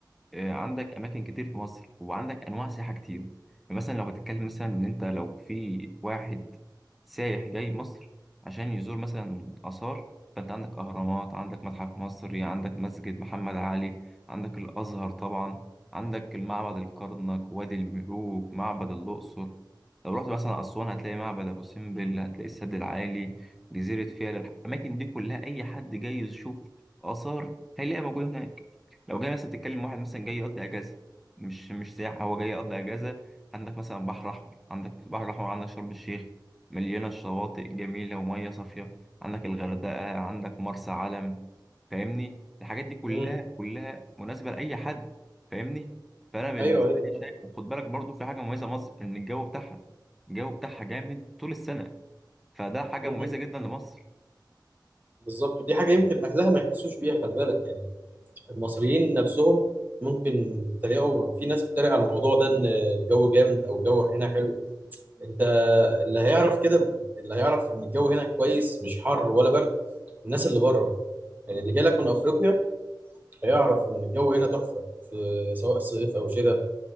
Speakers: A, in the centre; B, on the right.
A: آه، عندك اماكن كتير في مصر وعندك انواع سياحه كتير يعني مثلا لو هتتكلم مثلا ان انت لو في واحد سايح جاي مصر عشان يزور مثلا اثار فانت عندك اهرامات عندك متحف مصري عندك مسجد محمد علي عندك الازهر طبعا عندك المعبد الكرنك وادي الملوك معبد الاقصر لو رحت مثلا اسوان هتلاقي معبد ابو سمبل هتلاقي السد العالي جزيرة فيلة الأماكن دي كلها أي حد جاي يشوف آثار هيلاقيها موجودة هناك لو جاي مثلا تتكلم واحد مثلا جاي يقضي أجازة مش مش سياحة هو جاي يقضي أجازة عندك مثلا بحر أحمر عندك في البحر الأحمر عندك شرم الشيخ مليانة شواطئ جميلة ومية صافية عندك الغردقة عندك مرسى علم فاهمني الحاجات دي كلها
B: مم.
A: كلها مناسبة لأي حد فاهمني فأنا بالنسبة
B: أيوه أيوه
A: لي شايف وخد بالك برضو في حاجة مميزة مصر إن الجو بتاعها الجو بتاعها جامد طول السنة فده حاجه
B: مم.
A: مميزه جدا لمصر
B: بالظبط ودي حاجة يمكن أهلها ما يحسوش بيها خلي بالك يعني المصريين نفسهم ممكن يتريقوا في ناس بتتريق على الموضوع ده إن الجو جامد أو الجو هنا حلو انت اللي هيعرف كده اللي هيعرف ان الجو هنا كويس مش حر ولا برد الناس اللي بره يعني اللي جاي لك من افريقيا هيعرف ان الجو هنا تحفه في سواء صيف او شتاء